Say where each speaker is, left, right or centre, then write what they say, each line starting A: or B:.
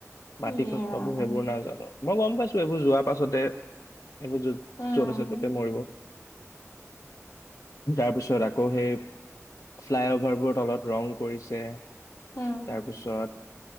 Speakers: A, on the left; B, on the left.
A: মাটি
B: ইয়ে
A: কত
B: ৰাম
A: পাব সেইবোৰ নাজানো মই গম পাইছো এই তো যোৱাৰ পাছতে এইবোৰ যত
B: উম
A: য'ত আছে ত'তে মৰিব তাৰ পিছত আকৌ সেই ফ্লাই অভাৰবোৰ তলত ৰং কৰিছে
B: উম
A: তাৰপিছত